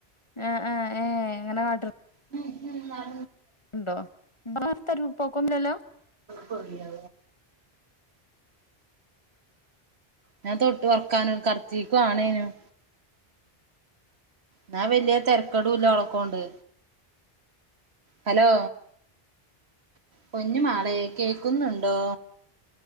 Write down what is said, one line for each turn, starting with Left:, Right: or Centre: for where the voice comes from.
Left: ആ ആ ഏ എങ്ങനെ കാട്ട
Right: ഉം ഉം
Left: ഉണ്ടോ ഫ്തരുഉപ്പോക്കന്നോല്ലല്ലോ.
Right: കൊയിയാ ഞാൻ തൊട്ട് ഉറക്കൻ കറത്തിക്കവാണേനും ന്നാ വല്യതെരക്കടല്ല ഓളക്കോണ്ട്. ഹലോ, കുഞ്ഞുമാടെ കേക്കുന്നുണ്ടോ?